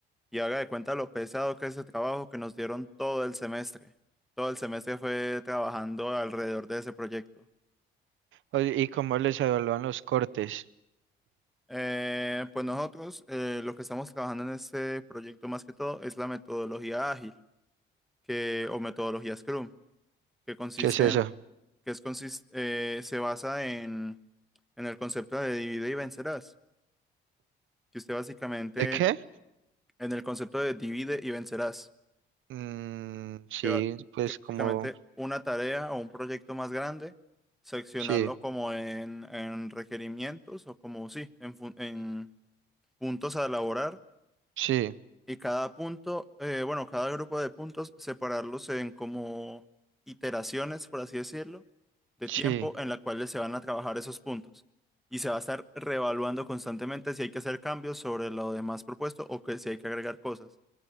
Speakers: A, in the centre; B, on the right.
A: Y haga de cuenta lo pesado que es ese trabajo que nos dieron todo el semestre. Todo el semestre fue trabajando alrededor de ese proyecto.
B: O- ¿Y cómo les evalúan los cortes?
A: Eh, pues nosotros eh, lo que estamos trabajando en este proyecto más que todo es la metodología ágil que, o metodología Scrum que consiste
B: ¿Qué es eso?
A: que es consis- eh, se basa en, en el concepto de divide y vencerás, que usted básicamente,
B: ¿De qué?
A: en el concepto de divide y vencerás,
B: Mm, sí,
A: que, ba-
B: pues
A: que
B: como...
A: básicamente una tarea o un proyecto más grande, seccionarlo
B: Sí,
A: como en, en requerimientos o como, sí, en, fun- en puntos a elaborar
B: sí,
A: y cada punto, eh, bueno, cada grupo de puntos, separarlos en como iteraciones, por así decirlo de
B: sí.
A: tiempo en la cual se van a trabajar esos puntos. Y se va a estar reevaluando constantemente si hay que hacer cambios sobre lo demás propuesto o que si hay que agregar cosas.